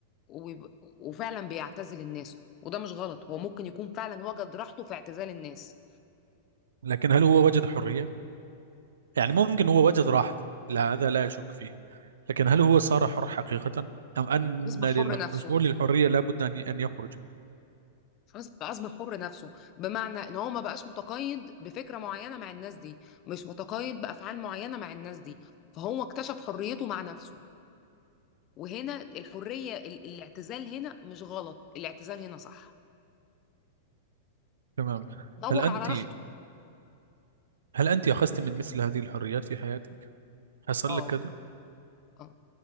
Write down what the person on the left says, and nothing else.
وبيب- وفعلا بيعتزل الناس وده مش غلط هو ممكن يكون فعلا وجد راحته في اعتزال الناس
يصبح
حر نفسه
فأص- فاصبح حر نفسه بمعنى ان هو ما بقاش متقيد بفكره معينه مع الناس دي مش متقيد بافعال معينه مع الناس دي فهو اكتشف حريته مع نفسه وهنا الحريه ال- الاعتزال هنا مش غلط الاعتزال هنا صح
دور
على راحته
اه
اه